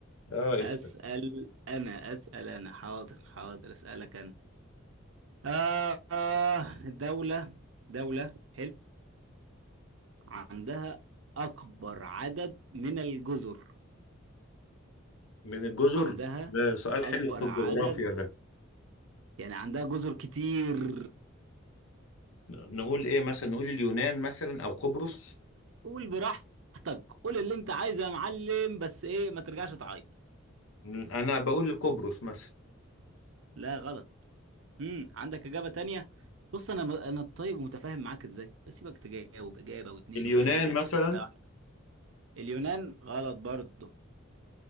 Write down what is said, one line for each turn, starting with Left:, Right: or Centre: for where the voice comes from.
Left: اه
Right: هسأل
Left: اسأل
Right: انا اسأل انا حاضر حاضر اسألك انا آه آه دولة دولة حلو عندها اكبر عدد من الجزر
Left: من الجزر
Right: عندها
Left: ده سؤال
Right: اكبر
Left: حلو في الجغرافيا
Right: عدد
Left: ده
Right: يعني عندها جزر كتير
Left: ن- نقول ايه مثلا نقول اليونان مثلا او قبرص
Right: قول براحتك قول اللي انت عايزه يا معلم بس ايه ما ترجعش تعيط
Left: م، انا بقول قبرص مثلا
Right: لا غلط امم عندك اجابه تانية بص انا انا طيب ومتفاهم معاك ازاي بسيبك تجاوب اجابه واثنين
Left: اليونان
Right: وثلاثه
Left: مثلا
Right: لا اليونان غلط برضه